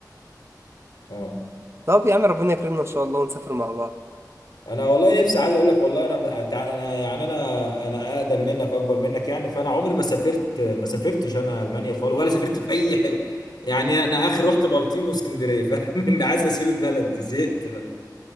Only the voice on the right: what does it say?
طب يا عم ربنا يكرمنا ان شاء الله ونسافر مع بعض